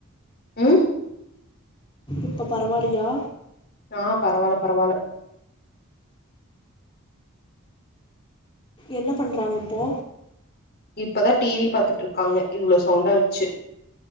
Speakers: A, on the left; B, on the left.
A: உ <inaudible>
B: இப்போ பரவாயில்லயா
A: ஆ பரவால்ல பரவால்ல
B: என்ன பண்றாங்க இப்போ
A: இப்பதா டி வி பாத்துட்ருக்காங்க இவ்ளோ சவுண்டா வச்சு